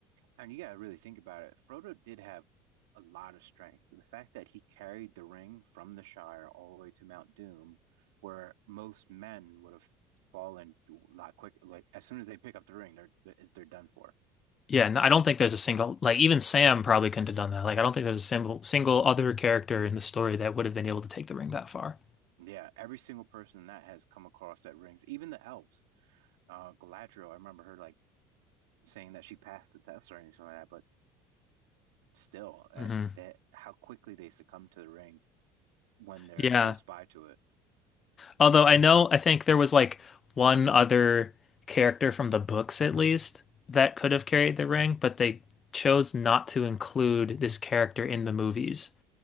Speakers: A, on the right; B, on the left.
A: And you gotta really think about it. Frodo did have a lot of strength. The fact that he carried the ring from the Shire all the way to Mount Doom, where most men would have fallen a lot quicker. Like as soon as they pick up the ring, they're they're is- they're done for.
B: yeah and I don't think there's a single like even Sam probably couldn't have done that like I don't think there's a single single other character in the story that would have been able to take the ring that far
A: Yeah, every single person that has come across that rings, even the elves. Uh, Galadriel, I remember her like saying that she passed the test or anything like that, but still, that,
B: hmm
A: that how quickly they succumb to the ring when they're
B: yeah
A: close by to it.
B: although I know I think there was like one other character from the books at least that could have carried the ring but they chose not to include this character in the movies